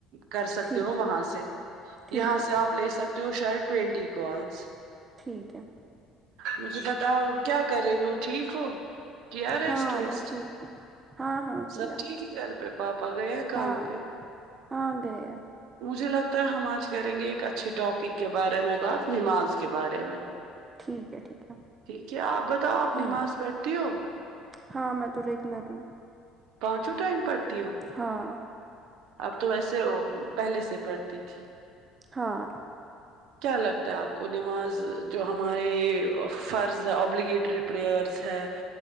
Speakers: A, on the right; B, on the right.
A: کر سکتے
B: ہے
A: ہو
B: ٹھیک
A: وہاں
B: ہے
A: سے
B: ٹھیک
A: یہاں
B: ہے
A: سے آپ لے سکتے ہو شاید ٹوینٹی کالس
B: ٹھیک ہے
A: مجھے بتاؤ کیا کر رہی ہو ٹھیک ہو کیا ریسٹ
B: ہاں
A: ویسٹ
B: میں ٹھیک ہوں ہاں ہاں کیا
A: سب ٹھیک ہے گھر پہ پاپا گئے ہیں کام
B: ہاں
A: پہ
B: ہاں گئے
A: مجھے لگتا ہے ہم آج کریں گے ایک اچھے ٹاپک کے بارے میں بات نماز کے بارے میں
B: ٹھیک ہے ٹھیک ہے
A: ٹھیک ہے آپ بتاؤ آپ
B: ہوں
A: نماز پٹھتی ہو
B: ہاں میں تو ریگولر ہوں
A: پانچوں ٹائم پڑھتی ہو
B: ہاں
A: اب تو ویسے او پہلے سے پڑھتی تھی
B: ہاں
A: کیا لگتا ہے آپ کو نماز جو ہمارے فرض ہے ابلیگیٹری پریئرز ہے